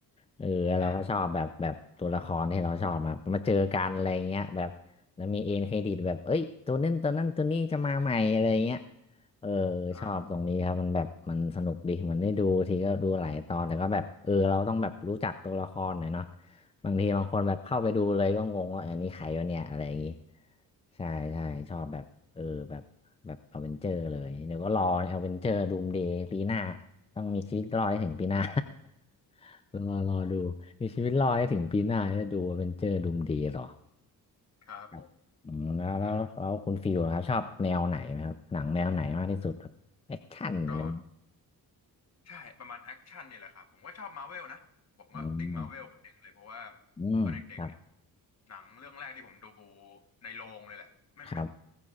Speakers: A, on the left; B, on the left.
A: เออเราก็ชอบแบบแบบตัวละครที่เราชอบมามาเจอกันอะไรเงี้ยแบบแล้วมีเอ็นเครดิตแบบเอ้ยตัวนั้นตัวนั้นตัวนี้จะมาใหม่อะไรเงี้ย
B: อืม
A: เออ
B: อ่า
A: ชอบตรงนี้ครับมันแบบมันสนุกดีมันได้ดูทีก็ดูหลายตอนแต่ก็แบบเออเราต้องแบบรู้จักตัวละครหน่อยเนาะ บางทีบางคนแบบเข้าไปดูเลยก็งงว่าอันนี้ใครวะเนี่ยอะไรอย่างงี้ใช่ใช่ชอบแบบเออแบบแบบอเวนเจอร์เลยเดี๋ยวก็รออเวนเจอร์ดูมเดย์ปีหน้าต้องมีชีวิตรอดให้ถึงปีหน้า <laughs> รอรอดูมีชีวิตรอดให้ถึงปีหน้าจะดูอเวนเจอร์ดูมเดย์หรอ
B: ครับผม
A: ครับอืมแล้วแล้วแล้วคุณฟิลครับชอบแนวไหนไหมครับหนังแนวไหนมากที่สุดครับแอคชั่นอะไรอย่างงี้
B: อืมก็ ใช่ประมาณแอคชั่นเนี่ยแหละครับผมก็ชอบมาเวลนะผมก็ติ่งมาเวลคนหนึ่งเลยเพราะว่า
A: อืมอืมครับ
B: ตอนเด็กๆเนี่ยหนังเรื่องแรกที่ผมดูในโรงเลยแหละไม่ไม่
A: ครับ